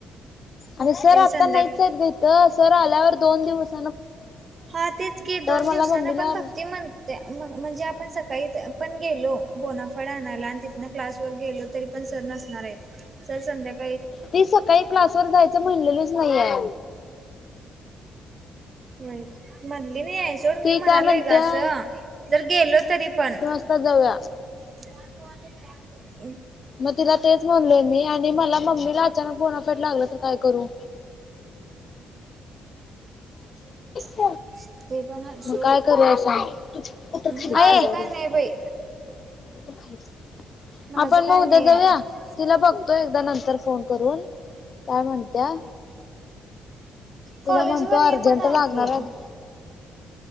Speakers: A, on the left; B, on the right.
A: अरे सर
B: त्यांनी
A: आता
B: संध्याका
A: नाहीच आहेत. ग हित सर आल्यावर दोन दिवस.
B: हा तेच की दोन
A: मला
B: दिवसाांना
A: मम्मीला
B: पण भक्ती म्हणते म्हणजे आपण स काही पण गेलो बोनाफाईड आणायला. आणि तिथन क्लास वर गेलो तरी पण सर नसणार आहेत. सर संध्याकाळी
A: ती सकाळी क्लासवरर जायचं म्हणलेलीच नाहीया.
B: हो म्हणली नाही आहे सोड. मी
A: ती
B: म्हणालोय
A: काय म्हणत्या
B: ग असं जर गेलो तरी पण.
A: चल जाऊया.
B: बँक वाले. बँक वाले.
A: मग तिला तेच म्हणलेय मी. आणि मला मम्मी ला अचानक बोनाफाईड लागलं तर काय करू. <unintelligible>
B: <unintelligible> आहे सोड
A: मग काय करूया सांग. <unintelligible>
B: माझं काय नाही बाई माझं
A: आपण मग
B: काय
A: उद्या
B: नाही
A: जाऊया.
B: आहे
A: तिला बघतो एकदा नंतर फोन करून. काय म्हणत्या. तिला
B: कॉलेजवर
A: म्हणतो
B: ये
A: अर्जंट
B: म्हणाव
A: लागणार
B: की
A: आहे.